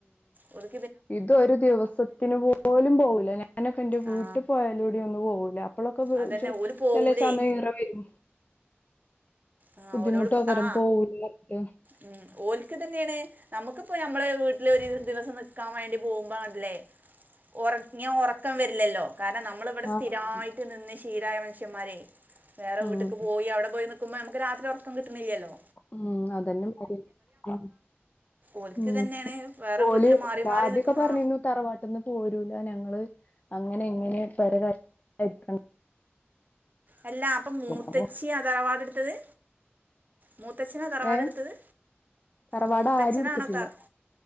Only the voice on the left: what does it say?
ഇതൊരു ദിവസത്തിന് പോലും പോവൂല. ഞാനൊക്കെന്റെ വീട്ട്
പോയാലൂടി ഒന്നു പോവൂല. അപ്പൊളൊക്കെ പെ
ചെ
ചെലെ സമയം ഇറ വെരും.
ബുദ്ധിമുട്ടോകാരം.
പോവൂല <unintelligible>
ആഹ്
ഉം
ഉം, അതെന്നെ <unintelligible>
ഉം,
ഓല്
ആദ്യൊക്കെ
പർഞ്ഞിന്നു
തറവാട്ട്ന്ന് പോരൂല, ഞങ്ങള് അങ്ങനെ ങ്ങനെ പെര <unintelligible>
അപ്പൊ
ഏഹ്
തറവാട്
ആരും എടുത്തിട്ടില്ല